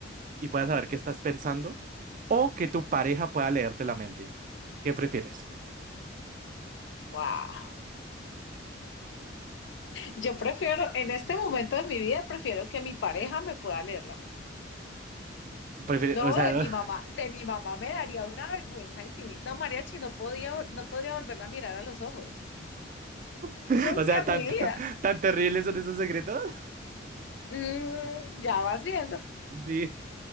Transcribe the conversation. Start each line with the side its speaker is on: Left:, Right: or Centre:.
Right: y pueda saber qué estás pensando? ¿O que tu pareja pueda leerte la mente? ¿Qué prefieres?
Left: Guau. Yo prefiero, en este momento de mi vida, prefiero que mi pareja me pueda leer la mente.
Right: Prefiere-
Left: No,
Right: o sea,
Left: de mi mamá, de mi mamá me daría una vergüenza infinita. No, Mariachi, no podía, no podría volverla a mirar a los ojos.
Right: <laughs>
Left: Nunca
Right: o sea,
Left: en
Right: tan,
Left: mi vida.
Right: tan, tan terribles son esos secretos. <laughs>
Left: Mm, ya vas viendo.
Right: Sí.